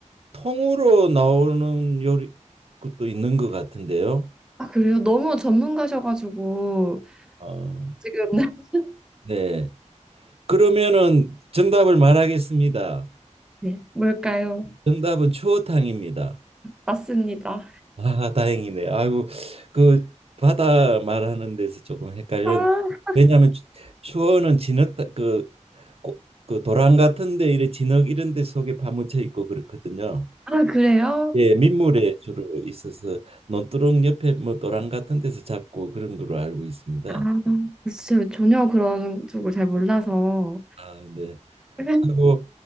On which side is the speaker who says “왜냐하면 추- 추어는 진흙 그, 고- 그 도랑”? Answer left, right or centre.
Right